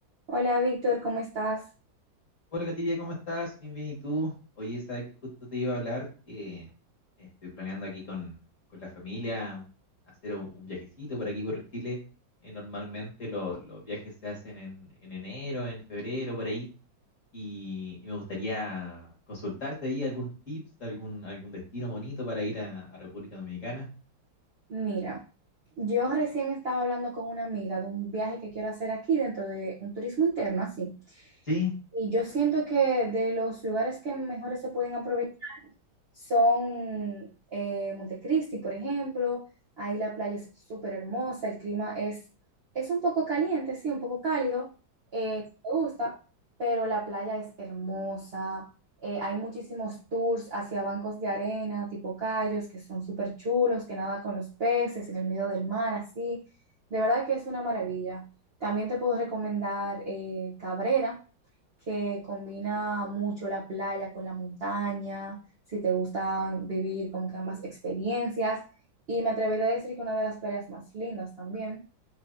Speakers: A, on the right; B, on the left.
A: Hola Víctor, ¿cómo estás?
B: Hola Katiria, ¿cómo estás? Bien, bien, ¿y tú? Oye, sabes que justo te iba a hablar que eh, estoy planeando aquí con, con la familia hacer un, un viajecito por aquí por Chile. Eh, normalmente lo- los viajes se hacen en, en enero, en febrero, por ahí. Y, y me gustaría consultarte ahí algún tips, algún, algún destino bonito para ir a, a República Dominicana.
A: Mira, yo recién estaba hablando con una amiga de un viaje que quiero hacer aquí dentro de un turismo interno, así.
B: Sí,
A: Y yo siento que de los lugares que mejores se pueden aprovechar son eh, Montecristi, por ejemplo. Ahí la playa es súper hermosa, el clima es, es un poco caliente, sí, un poco cálido, eh, si te gusta, pero la playa es hermosa. Eh, hay muchísimos tours hacia bancos de arena, tipo cayos, que son súper chulos, que nada con los peces en el medio del mar, así. De verdad que es una maravilla. También te puedo recomendar eh, Cabrera que combina mucho la playa con la montaña, si te gusta vivir como que ambas experiencias. Y me atrevería a decir que una de las playas más lindas también.